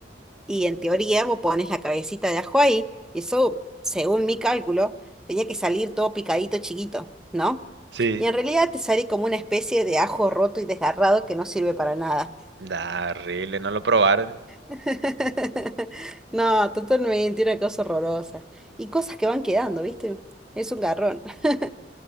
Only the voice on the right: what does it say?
Sí.
Da, horrible, no lo probaron.